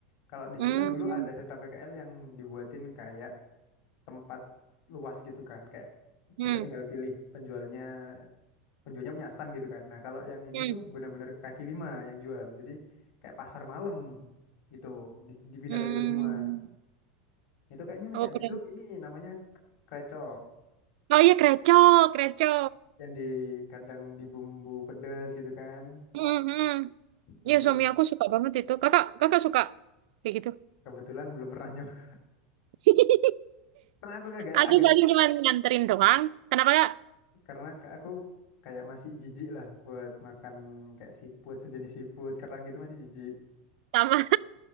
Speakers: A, on the left; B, on the right.
A: kalau di
B: Hmm,
A: situ kan dulu ada sentra PKL yang dibuatin kayak tempat luas gitu kan. Kayak
B: hmm,
A: kita tinggal pilih penjualnya, penjualnya punya stand gitu kan. Nah kalau yang ini
B: hmm,
A: tuh bener-bener kaki lima yang jual. Jadi kayak pasar malam gitu Di- dipindah
B: hmm.
A: ke situ semua Itu kayaknya masih
B: Oh
A: ada.
B: keren.
A: Itu ini namanya kreco
B: Oh iya Kreco, Kreco.
A: yang di kadang di bumbu pedes gitu kan.
B: Hmm, hmm.
A: Itu
B: Ya suami aku suka banget itu. Kakak, kakak suka kayak gitu.
A: kebetulan belum pernah nyoba.
B: <laughs>
A: <laughs> Karena aku agak
B: Aku
A: agak
B: paling cuma nganterin doang. Kenapa kak?
A: karena ke- aku kayak masih jijik lah buat makan kayak siput sejenis siput kerang gitu masih jijik.
B: Sama,